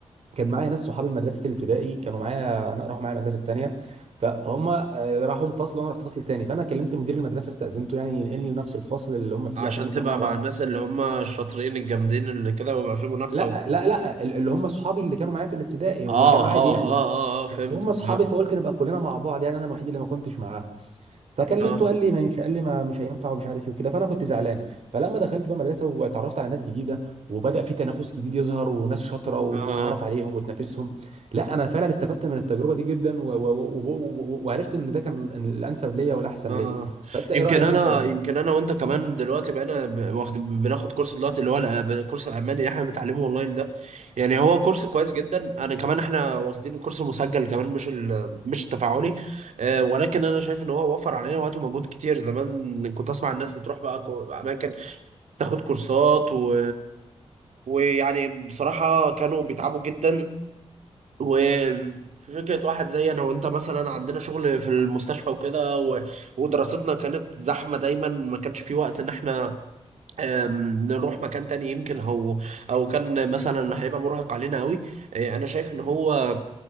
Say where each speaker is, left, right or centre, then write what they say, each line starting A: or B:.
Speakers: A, on the right; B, on the right.
A: كان معايا ناس صحابي من مدرسه الابتدائي كانوا معايا انا راحوا معايا المدرسه الثانيه فهم آه، راحوا من فصل وانا رحت فصل تاني فانا كلمت مدير المدرسه استاذنته يعني ينقلني لنفس الفصل اللي هم فيه
B: عشان
A: عشان نكون
B: تبقى
A: مع بعض
B: مع الناس اللي هم الشاطرين الجامدين اللي كده ويبقى في منافسة
A: لا
B: وبتاع
A: لا لا ال- اللي هم صحابي اللي كانوا معايا في الابتدائي هم
B: اه
A: كانوا عادي
B: اه اه
A: يعني
B: اه اه فهمت
A: بس هم صحابي
B: اه
A: فقلت نبقى كلنا مع بعض يعني انا الوحيد اللي ما كنتش معاهم فكلمته
B: اه
A: قال لي ما ينفع قال لي ما مش هينفع ومش عارف ايه وكده فانا كنت زعلان فلما دخلت بقى مدرسه واتعرفت على ناس جديده وبدا في تنافس جديد يظهر وناس شاطره وتتعرف
B: اه
A: عليهم وتنافسهم لا انا فعلا استفدت من التجربه دي جدا و... و... و... و... و- وعرفت ان ده كان ال- الانسب ليا والاحسن
B: اه
A: ليا فانت ايه
B: يمكن
A: رايك
B: انا
A: انت
B: يمكن انا وانت كمان دلوقتي بقينا ب- واخد بناخد كورس دلوقتي اللي هو الأ- الكورس الالماني اللي احنا بنتعلمه اونلاين ده يعني هو كورس كويس جدا انا كمان احنا واخدين الكورس المسجل كمان مش ال... مش التفاعلي آه ولكن انا شايف ان هو وفر علينا وقت ومجهود كتير زمان كنت اسمع الناس بتروح بقى كو- اماكن تاخد كورسات و ويعني بصراحة كانوا بيتعبوا جدا وفي فكرة واحد زي أنا وأنت مثلا عندنا شغل في المستشفى وكده و... ودراستنا كانت زحمة دايما ما كانش في وقت إن إحنا آم، نروح مكان تاني يمكن أو أو كان مثلا هيبقى مرهق علينا أوي آه، أنا شايف إن هو